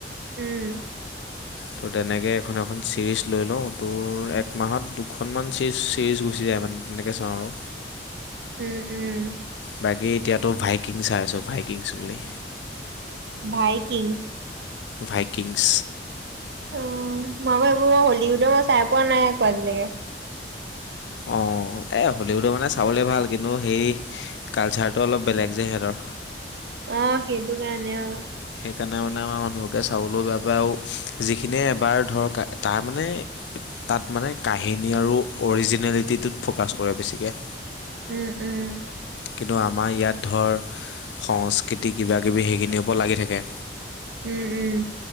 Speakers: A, on the right; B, on the left.
A: উম।
B: ত' তেনেকৈ এখন এখন চিৰিজ লৈ লওঁ তোৰ এক মাহত দুখনমান চি ছিৰিজ গুচি যায় মানে তেনেকৈ চাওঁ আৰু।
A: উম উম।
B: বাকী এতিয়াতো ভাইকিং চাইছোঁ ভাইকিং ছবি।
A: ভাই কিংছ।
B: ভাইকিংছ।
A: অ মাকৌ এইবোৰ হলিউডৰ মই চাই পোৱা নাই আকো আজিলৈকে।
B: অ এ হলিউডৰ মানে চাবলে ভাল। কিন্তু সেই কালচাৰটো অলপ বেলেগ যে সিহঁতৰ।
A: আহ সেইটো কাৰনে অ।
B: সেইকাৰণে মানে আমাৰ মানুহকে চাবলৈ বেয়া পায় আৰু যিখিনিয়ে এবাৰ ধৰক তাৰ মানে তাত মানে কাহিনী আৰু অৰিজিনেলিটিটোত ফ'কাছ কৰে বেছিকৈ।
A: উম উম।
B: কিন্তু আমাৰ ইয়াত ধৰ সংস্কৃতি কিবা কিবি সেইখিনিৰ ওপ লাগি থাকিলে।
A: উম, উম,